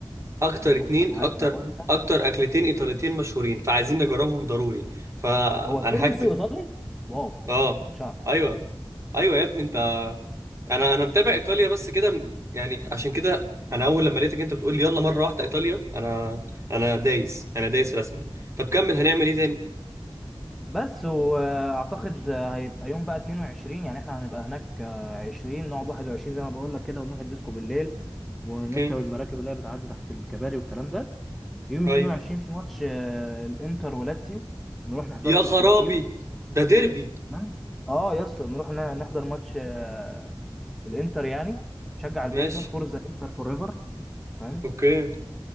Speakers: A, on the right; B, in the centre.
A: اكتر
B: بص
A: اتنين
B: انا عايز
A: اكتر
B: اقول لك
A: اكتر اكلتين ايطاليتين مشهورين فعايزين نجربهم ضروري فانا
B: هو تيرميسو
A: هكتب
B: ايطالي واو
A: اه
B: ما كنتش اعرف
A: ايوه ايوه يا ابني انت انا انا متابع ايطاليا بس كده م- يعني عشان كده انا اول لما لقيتك انت بتقول لي يلا مرة واحدة ايطاليا انا انا دايس انا دايس رسمي طب كمل هنعمل ايه تاني
B: بس واعتقد هيبقى يوم بقى 22 يعني احنا هنبقى هناك آه، 20 نقعد 21 زي ما بقول لك كده ونروح الديسكو بالليل ونركب
A: اوكي
B: المراكب اللي هي بتعدي تحت الكباري والكلام ده يوم
A: طيب
B: 22 في ماتش آه، الانتر ولاتسيو نروح نحضره
A: يا
B: في
A: خرابي
B: السانسيرو
A: ده ديربي
B: تمام اه يا اسطى نروح ن- نحضر ماتش آه، الانتر يعني نشجع الانتر
A: ماشي
B: فورزا انتر فور ايفر انت فاهم
A: اوكي